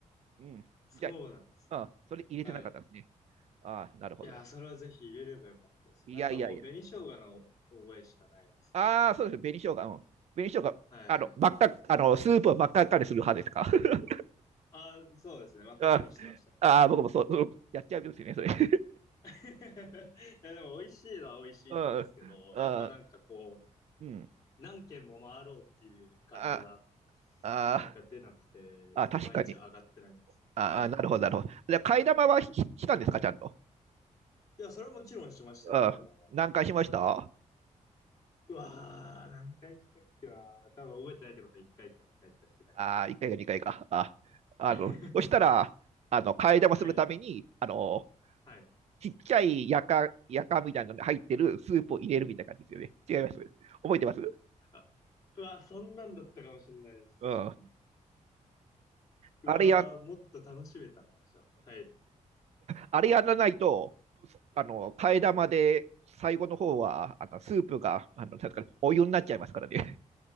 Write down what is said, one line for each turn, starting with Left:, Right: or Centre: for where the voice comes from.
Right: うん。
Left: そうなんですね。
Right: じゃあ、うん、それ入れてなかったですね。
Left: はい。
Right: ああ、なるほど
Left: いやー、それはぜひ入れればよかったです。
Right: いやいやいや。
Left: なんかもう紅生姜の覚えしかないですね。
Right: ああ、そうですね。紅生姜。うん。紅生姜、
Left: はいはいはい。
Right: あの、真っ赤、あの、スープを真っ赤っかにする派ですか。<laughs>
Left: あー、そうですね。真っ赤かにしてましたね。
Right: ああー、僕もそう、うんやっちゃうんですよね、それ。<laughs>
Left: <laughs> いや、でも美味しいのは美味しいんですけど、
Right: うん。あ
Left: やっぱなんかこう、
Right: うん。
Left: 何軒も回ろうっていう感じが、
Right: ああー、
Left: なんか出なくて、
Right: あー確かに。
Left: いまいち上がってないんですよね。
Right: ああ、
Left: はい。
Right: なるほど、なるほど。じゃあ、替え玉はししたんですか、ちゃんと。
Left: いや、それはもちろんしましたよ、
Right: うん。
Left: 階段は。
Right: 何回しました
Left: うわー、何回したっけなー多分覚えてないってことは1回か2回しかしてないですよ
Right: ああ、1回か2回かいか。あ、あの、
Left: <laughs>
Right: そしたら、あの、替え玉するために、
Left: はい。
Right: あの、
Left: はい。
Right: ちっちゃいやか、やかみたいなのに入ってるスープを入れるみたいな感じですよね。違います覚えてます
Left: あ、うわー、そんなんだったかもしれないです、
Right: うん。
Left: 確かに。うわー、
Right: あれや、
Left: もっと楽しめたな、じゃあ。はい。
Right: あれやらないと、あの、替え玉で最後の方は、あの、スープが、あの、なんですかねお湯になっちゃいますからね。